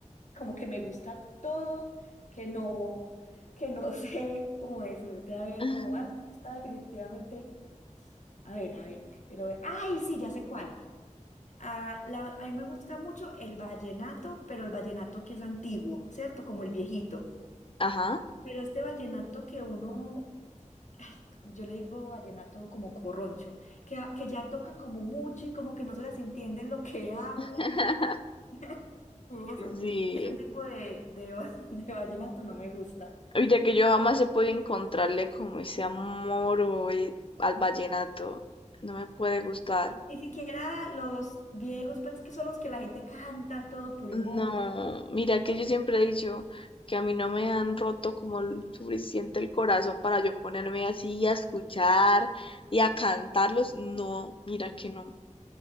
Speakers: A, on the left (about 65°); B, on the left (about 45°).
A: como que me gusta todo, que no, que no <laughs> sé cómo decirte, a ver,
B: <laughs>
A: como, ah, no, está definitivamente, a ver, a ver, pero, ay, sí, ya sé cuál. Ah, la- a mí me gusta mucho el vallenato, pero el vallenato que es antiguo, ¿cierto? Como el viejito.
B: Ajá.
A: Pero este vallenato que uno, ay, yo le digo vallenato como corroncho, que, que ya tocan como mucho y como que no se les entiende lo que hablan.
B: <laughs>
A: <laughs> Y eso,
B: Sí.
A: ese tipo de, de, va- <laughs> de vallenato no me gusta.
B: Ahorita que yo jamás he podido encontrarle como ese amor o e- al vallenato. No me puede gustar.
A: Ni siquiera los viejos, pues que son los que la gente canta a todo pulmón.
B: No, mira que yo siempre he dicho que a mí no me han roto como el suficiente el corazón para yo ponerme así a escuchar y a cantarlos. No, mira que no,